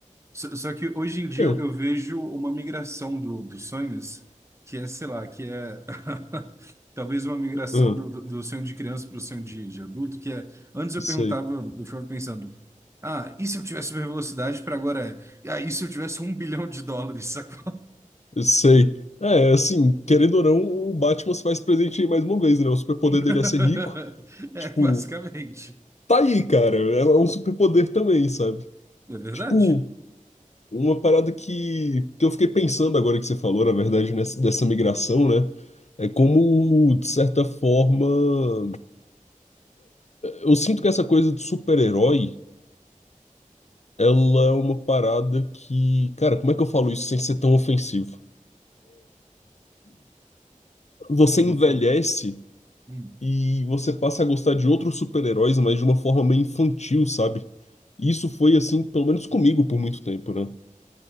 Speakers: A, on the right; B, on the left.
A: Só só que hoje em dia
B: É, é,
A: eu eu vejo uma migração do, dos sonhos, que é, sei lá, que é <laughs> talvez uma migração
B: ah,
A: do, do, do sonho de criança para o sonho de, de adulto, que é, antes eu
B: sei.
A: perguntava, eu ficava pensando, ah, e se eu tivesse super velocidade para agora, é, ah, e se eu tivesse um bilhão de dólares, sacou?
B: Sei. É, assim, querendo ou não, o Batman se faz presente aí mais uma vez, né? O superpoder
A: <laughs>
B: dele é ser rico.
A: É,
B: Tipo,
A: basicamente.
B: tá aí, cara. É é um superpoder também, sabe?
A: É verdade.
B: Tipo, uma parada que, que eu fiquei pensando agora que você falou, na verdade, nessa, dessa migração, né? É como, de certa forma. Eu sinto que essa coisa de super-herói, ela é uma parada que, cara, como é que eu falo isso sem ser tão ofensivo? Você
A: É uma
B: envelhece
A: fan- Hum,
B: e você passa a gostar de outros super-heróis, mas de uma forma meio infantil, sabe? E Isso foi assim, pelo menos comigo por muito tempo, né?